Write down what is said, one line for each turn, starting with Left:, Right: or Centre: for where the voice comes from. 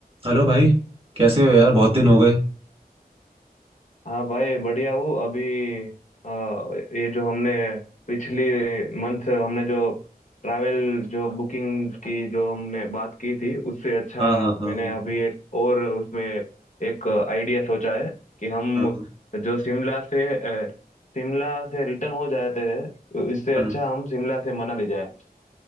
Right: हेलो भाई कैसे हो यार बहुत दिन हो गए
Left: हाँ भाई बढ़िया हूँ अभी आ, ये जो हमने पिछली मंथ हमने जो ट्रैवल जो बुकिंग की जो हमने बात की थी उससे अच्छा
Right: हाँ हाँ हाँ
Left: मैंने
Right: हाँ
Left: अभी एक और उसमें एक आइडिया सोचा है कि हम
Right: हाँ हाँ
Left: जो शिमला से अ, शिमला से रिटर्न हो जाते हैं इससे
Right: हाँ
Left: अच्छा हम शिमला से मनाली जाए अ,